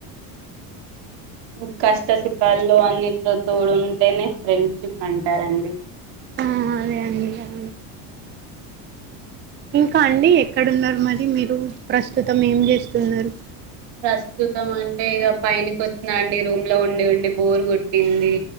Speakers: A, on the right; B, on the right.
A: ఉమ్ కస్ట స్. పుప్పల్లో అన్నింట్లో తోడు ఉంటేనే ఫ్రెండ్షిప్ అంటారండి.
B: ఆ అదే అండి ఇగ. ఇంకా అండి ఎక్కడున్నారు మరి మీరు ప్రస్తుతం ఏం జేస్తున్నారు.
A: ప్రస్తుతం అంటే ఇక పైనికోచ్చినండి రూమ్ లో ఉండి ఉండి బోర్ గోట్టింది.